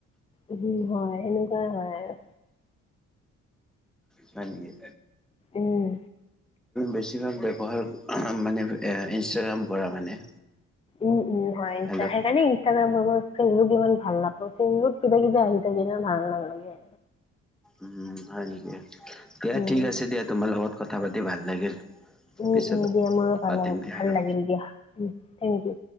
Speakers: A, on the left (about 20°); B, in the centre.
A: উ, হয়, সেনেকুৱাই হয় আৰু।
B: হয়, নেকি,
A: উম।
B: বেছিভাগ ব্যৱহাৰ মানে ইনষ্টাগ্ৰাম কৰা মানে।
A: উম, উম, হয়, ইন,
B: হেল্ল'
A: সেইকাৰণে ইনষ্টাগ্ৰাম মই ফেচবুক ইমান ভাল নাপ, ফেচবুকত কিবা, কিবি আহি থাকে ইমান ভাল নালাগে।
B: উ, হয়, নেকি দিয়া
A: উম।
B: ঠিক আছে, দিয়া তোমাৰ লগত কথা পাতি ভাল লাগিল।
A: উম,
B: পিছত
A: উম দিয়া মোৰো ভাল,
B: পাতিম দিয়া
A: ভাল
B: আৰু।
A: লাগিল দিয়া, উ, থেংক ইউ।